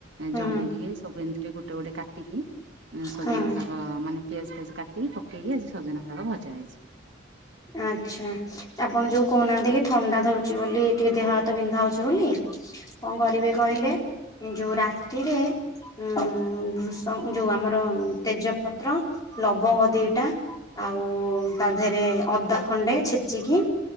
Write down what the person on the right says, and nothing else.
ଜହ୍ନି ଟିକେ ସବୁ ଏମିତି ଟ ଗୋଟେ ଗୋଟେ କାଟିକି ଉଁ ସଜନା
ଶାଗ ମାନେ ପିଆଜ ଫିଆଜ କାଟିକି ପକେଇକି ଆଜି ସଜନା ଶାଗ ଭଜା ହେଇଛି।